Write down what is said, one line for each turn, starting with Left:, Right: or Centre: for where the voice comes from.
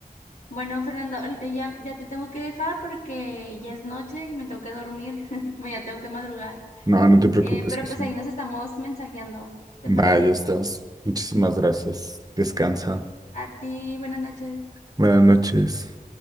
Left: Bueno, Fernando, ahorita ya, ya te tengo que dejar porque ya es noche y me tengo que dormir. <laughs> Mañana tengo que madrugar.
Right: No, no te preocupes,
Left: Eh, pero
Right: Casuna.
Left: pues ahí nos estamos mensajeando. ¿Te
Right: Vaya,
Left: parece?
Right: estás. Muchísimas gracias. Descansa.
Left: A ti, buenas noches.
Right: Buenas noches.